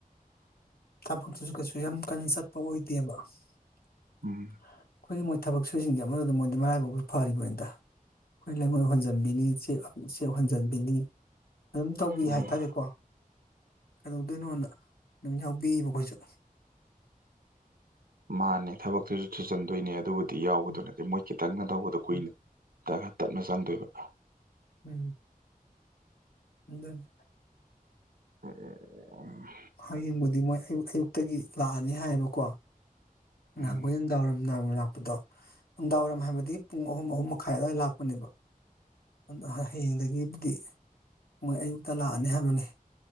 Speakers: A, on the left; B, on the right.
A: ꯊꯕꯛꯇꯨꯁꯨ ꯀꯩꯁꯨ ꯌꯥꯝ ꯀꯟꯅ ꯆꯠꯄ ꯑꯣꯏꯗꯦꯕ ꯑꯩꯈꯣꯏꯒꯤ
B: ꯎꯝ
A: ꯃꯣꯏ ꯊꯕꯛ ꯁꯨꯔꯤꯁꯤꯡꯁꯦ ꯑꯃꯔꯣꯝꯗ ꯃꯣꯏꯗꯤ ꯃꯔꯥꯏꯕꯛꯁꯨ ꯐꯔꯤꯕꯅꯤꯗ ꯑꯩꯈꯣꯏ ꯂꯩꯉꯣꯏ ꯍꯣꯟꯖꯟꯕꯤꯅꯤ ꯆꯦꯛ ꯍꯣꯟꯖꯟꯕꯤꯅꯤ ꯑꯗꯨꯝ ꯇꯧꯕꯤ
B: ꯎꯝ
A: ꯍꯥꯏꯇꯥꯔꯦꯀꯣ ꯀꯩꯗꯧꯗꯣꯏꯅꯣꯅ ꯑꯗꯨꯝ ꯌꯥꯎꯕꯤꯌꯦꯕ ꯑꯩꯈꯣꯏꯁꯨ
B: ꯃꯥꯅꯦ ꯊꯕꯛꯇꯨꯁꯨ ꯊꯨꯖꯟꯗꯣꯏꯅꯦ ꯑꯗꯨꯕꯨꯗꯤ ꯗꯤ ꯌꯥꯎꯕꯗꯨꯅꯗꯤ
A: ꯎꯝ
B: ꯃꯣꯏ ꯈꯤꯇꯪꯅ ꯇꯧꯕꯗꯣ ꯀꯨꯏꯅ
A: ꯎꯝ
B: ꯇꯞꯅ ꯇꯞꯅ ꯆꯪꯗꯣꯏꯕ
A: ꯎꯝ ꯑꯗꯨꯅꯤ
B: ꯍ
A: ꯍꯌꯦꯡꯕꯨꯗꯤ ꯃꯣꯏ ꯑꯌꯨꯛ ꯑꯌꯨꯛꯇꯒꯤ ꯂꯥꯛꯑꯅꯤ ꯍꯥꯏꯌꯦꯕꯀꯣ ꯅꯥꯍꯟꯈꯣꯏ
B: ꯎꯝ
A: ꯅꯨꯃꯤꯗꯥꯡ ꯋꯥꯏꯔꯝ ꯅꯨꯃꯤꯗꯥꯡ ꯋꯥꯏꯔꯝ ꯗꯣ ꯅꯨꯡꯗꯥꯡ ꯋꯥꯏꯔꯝ ꯍꯥꯏꯕꯗꯤ ꯄꯨꯡ ꯑꯍꯨꯝ ꯑꯍꯨꯝ ꯃꯈꯥꯏ ꯑꯗꯨꯋꯥꯏꯗ ꯂꯥꯛꯄꯅꯦꯕ ꯑ ꯍꯌꯦꯡꯗꯒꯤꯕꯨꯗꯤ ꯃꯣꯏ ꯑꯌꯨꯛꯇ ꯂꯥꯛꯑꯅꯤ ꯍꯥꯏꯕꯅꯤ